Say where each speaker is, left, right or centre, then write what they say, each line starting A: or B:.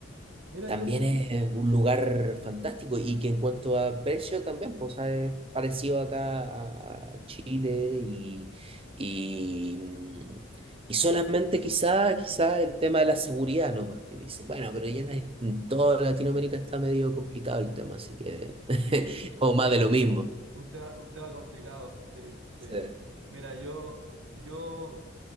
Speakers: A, on the right; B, on the right.
A: Mira,
B: también
A: yo...
B: es un lugar fantástico y que en cuanto a precio también, pues, o es parecido acá a a Chile y, y, mm, y solamente quizá, quizá el tema de la seguridad nomás, que dice, bueno, pero ya en en toda Latinoamérica está medio complicado el tema, así que <laughs>
A: Sí,
B: como más de lo mismo.
A: Un tema, un tema complicado, sí, sí.
B: Sí.
A: Mira, yo, yo